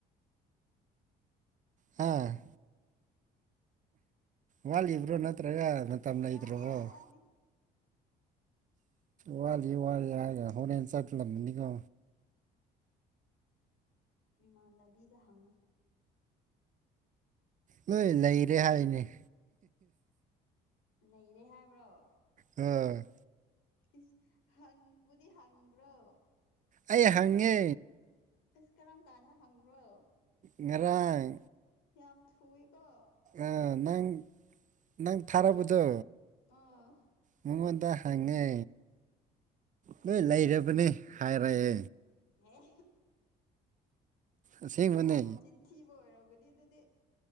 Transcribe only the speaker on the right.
ꯍꯥ ꯋꯥꯠꯂꯤꯕ꯭ꯔꯣ ꯅꯠꯇ꯭ꯔꯒ ꯃꯇꯝ ꯂꯩꯇ꯭ꯔꯕꯣ
ꯋꯥꯠꯂꯤ ꯋꯥꯠꯂꯤ ꯍꯥꯏꯒ ꯍꯣꯔꯦꯟ ꯆꯠꯂꯝꯅꯤꯒꯣ
ꯅꯣꯏ ꯂꯩꯔꯦ ꯍꯥꯏꯅꯦ
ꯑꯝ
ꯑꯩ ꯍꯪꯉꯦ
ꯉꯔꯥꯡ
ꯑ ꯅꯪ ꯅꯪ ꯊꯥꯔꯛꯕꯗꯣ
ꯃꯉꯣꯟꯗ ꯍꯪꯉꯦ ꯅꯣꯏ ꯂꯩꯔꯕꯅꯦ ꯍꯥꯏꯔꯛꯑꯦ
ꯑꯁꯦꯡꯕꯅꯦ